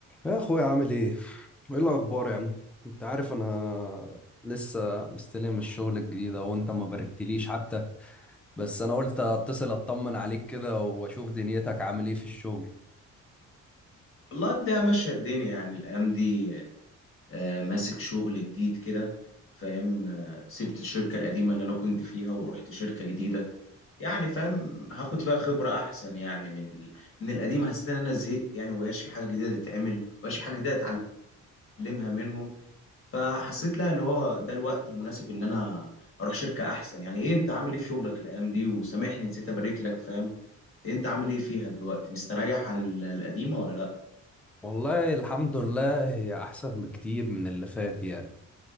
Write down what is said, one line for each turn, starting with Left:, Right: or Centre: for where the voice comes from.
Centre: يا اخويا عامل ايه؟ ايه الاخبار يا عم؟ انت عارف انا لسه مستلم الشغل الجديد أهو، وانت ما باركتليش حتى بس انا قلت اتصل اطمن عليك كده واشوف دنيتك عامل ايه في الشغل
Left: والله ده ماشية الدنيا يعني الأيام دي آه، ماسك شغل جديد كده فاهم آه، سبت الشركة القديمة اللي أنا كنت فيها ورحت شركة جديدة يعني فاهم هاخد فيها خبرة أحسن يعني من ال... من القديمة حسيت إن أنا زهقت يعني ومبقاش في حاجة جديدة تتعمل ومبقاش في حاجة جديدة أتعلمها منهم فحسيت لا اللي هو ده الوقت المناسب إن أنا أروح شركة أحسن يعني إيه أنت عامل إيه في شغلك الأيام دي وسامحني نسيت أبارك لك فاهم أنت عامل إيه فيها دلوقتي مستريح عن ال- القديمة ولا لأ؟
Centre: والله الحمد لله هي احسن بكتير من اللي فات يعني